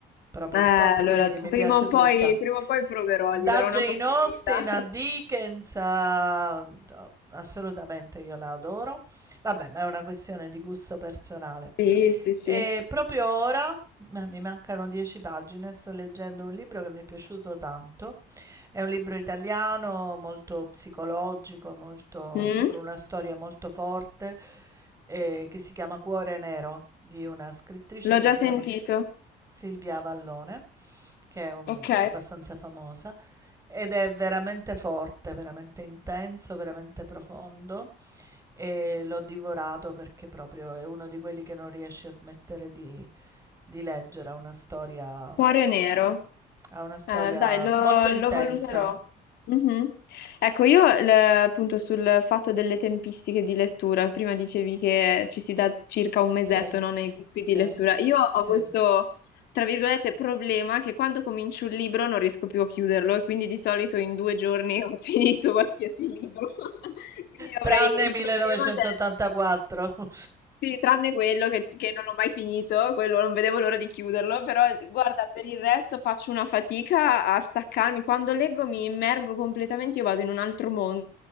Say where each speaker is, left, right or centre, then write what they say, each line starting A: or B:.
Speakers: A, on the right; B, on the left.
A: proprio
B: Eh, allora,
A: il top, quindi mi
B: prima
A: piace
B: o
A: tutta.
B: poi, prima o poi proverò,
A: Da
B: gli darò
A: Jane
B: una possibilità.
A: Austen
B: <laughs>
A: a Dickens a... no, assolutamente io la adoro. Vabbè, ma è una questione di gusto personale.
B: Sì, sì, sì.
A: E proprio ora, ma mi mancano dieci pagine, sto leggendo un libro che mi è piaciuto tanto. È un libro italiano, molto psicologico, molto-
B: Mm?
A: con una storia molto forte, eh, che si chiama Cuore Nero, di una scrittrice
B: L'ho
A: che
B: già
A: si
B: sentito.
A: chiama... Silvia Avallone, che è un-
B: Ok.
A: abbastanza famosa, ed è veramente forte, veramente intenso, veramente profondo e l'ho divorato perché proprio è uno di quelli che non riesce a smettere di, di leggere, ha una storia,
B: Cuore nero.
A: ha una storia
B: Eh, dai, lo,
A: molto intensa,
B: lo valuterò. Mhm. Ecco, io l- appunto sul fatto delle tempistiche di lettura, prima dicevi che ci si dà circa un mesetto,
A: sì,
B: no, nei gruppi
A: sì,
B: di lettura. Io ho
A: sì,
B: questo, tra virgolette, problema che quando comincio un libro non riesco più a chiuderlo e quindi di solito in due giorni ho <laughs> finito qualsiasi libro. <laughs> Quindi avrei
A: tranne
B: il
A: 1984,
B: problema del
A: <laughs>
B: sì, tranne quello che, che non ho mai finito, quello non vedevo l'ora di chiuderlo, però guarda, per il resto faccio una fatica a staccarmi. Quando leggo mi immergo completamente, io vado in un altro mondo